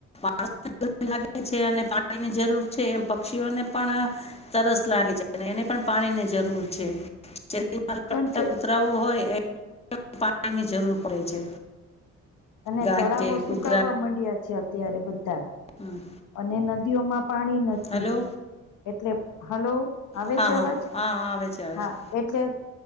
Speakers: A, on the left (about 20°); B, on the left (about 80°).
A: વાર ગરમી લાગે છે, અને પાણીની જરૂર છે. કે પક્ષીઓને પણ તરસ લાગે છે, એને પણ પાણીની જરૂર છે. ચરીમાંતા
B: કારણ કે
A: કુતરાો હોય, એ પાણીની જરૂર પડે છે.
B: અને
A: ગાય
B: તળાવો
A: છે કૂતરા
B: સુકાવા માંડ્યા છે, અત્યારે બધા
A: હમ.
B: અને નદી ઓમા પાણી નથી.
A: હલો
B: એટલે હલો આવે
A: હા
B: છે,
A: હા
B: અવાજ
A: હા હા, આવે છે આવે
B: હા
A: છે
B: એટલે